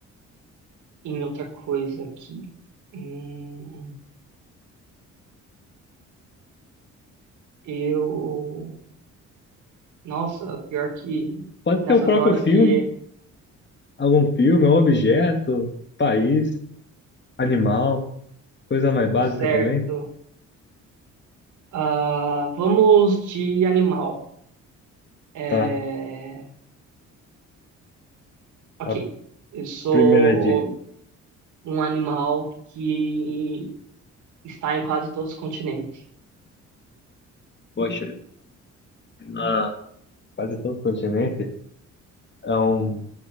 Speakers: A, on the right; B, on the left.
A: em outra coisa aqui. Hum, eu. Nossa, pior que
B: Pode
A: nessas
B: ser o próprio
A: horas
B: filme,
A: que.
B: algum filme, um objeto, país, animal, coisa mais básica
A: Certo.
B: também.
A: Ah, vamos de animal. É,
B: Tá,
A: Ok,
B: a
A: eu sou
B: primeira dica.
A: um animal que está em quase todos os continentes.
B: Poxa, ah, quase todos os continentes. É um